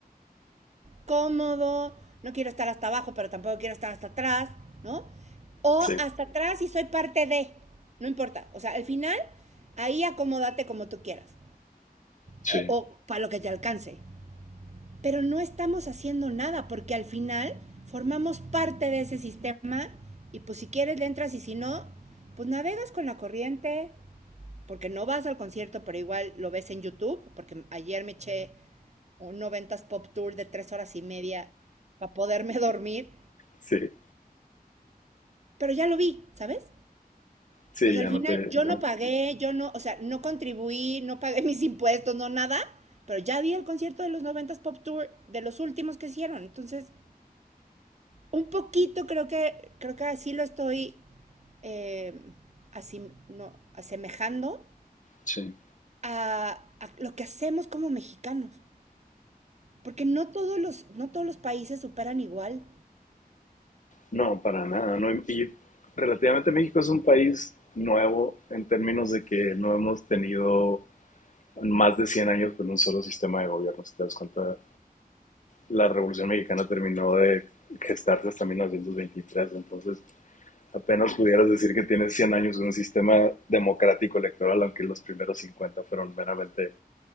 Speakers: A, on the right; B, on the left.
A: cómodo, no quiero estar hasta abajo, pero tampoco quiero estar hasta atrás, ¿no? O
B: sí,
A: hasta atrás y soy parte de, no importa. O sea, al final, ahí acomódate como tú quieras,
B: sí,
A: eh, o para lo que te alcance. Pero no estamos haciendo nada, porque al final formamos parte de ese sistema y pues si quieres le entras y si no, pues navegas con la corriente, porque no vas al concierto, pero igual lo ves en YouTube, porque ayer me eché un noventas pop tour de tres horas y media para poderme <laughs> dormir,
B: sí,
A: pero ya lo vi, ¿sabes?
B: sí,
A: O sea,
B: ya
A: al final
B: no te...
A: yo
B: ajá,
A: no pagué, yo no, o sea, no contribuí, no pagué <laughs> mis impuestos, no nada, pero ya vi el concierto de los noventas pop tour de los últimos que hicieron, entonces un poquito creo que creo que así lo estoy eh, así, no, asemejando
B: sí.
A: a, a, lo que hacemos como mexicanos. Porque no todos los, no todos los países superan igual.
B: No, para nada. No, y relativamente México es un país nuevo en términos de que no hemos tenido más de 100 años con un solo sistema de gobierno. Si te das cuenta, la Revolución Mexicana terminó de gestarse hasta 1923, entonces apenas pudieras decir que tienes 100 años de un sistema democrático electoral, aunque los primeros 50 fueron meramente